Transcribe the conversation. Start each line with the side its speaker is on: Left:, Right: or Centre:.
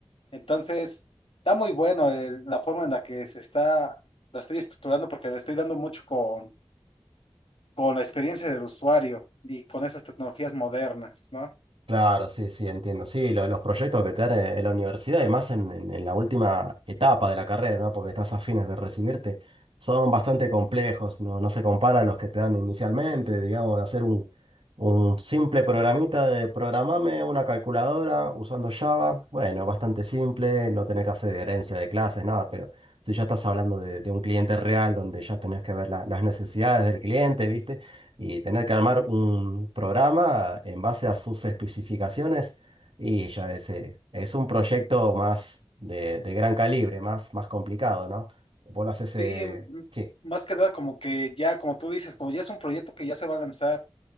Left: Entonces, está muy bueno el- la forma en la que se está, la estoy estructurando porque le estoy dando mucho con, con la experiencia del usuario y con esas tecnologías modernas, ¿no?
Right: Claro, sí, sí, entiendo. Sí, lo- los proyectos que te dan en, en la universidad y más en, en- en la última etapa de la carrera, ¿no? Porque estás a fines de recibirte, son bastante complejos, ¿no? No se compara a los que te dan inicialmente, digamos, de hacer un, un simple programita de programame una calculadora usando Java. Bueno, bastante simple, no tenés que hacer herencia de clases, nada, pero si ya estás hablando de, de un cliente real donde ya tenés que ver la- las necesidades del cliente, ¿viste? y tener que armar un programa en base a sus especificaciones y ya ese es un proyecto más de, de gran calibre, más, más complicado, ¿no? Vos lo haces, eh,
Left: Sí, m-
Right: sí,
Left: más que nada como que ya, como tú dices, como ya es un proyecto que ya se va a lanzar